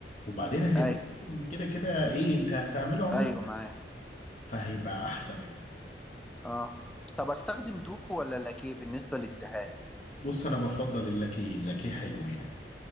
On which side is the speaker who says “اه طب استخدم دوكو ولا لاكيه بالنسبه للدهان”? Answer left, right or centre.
Centre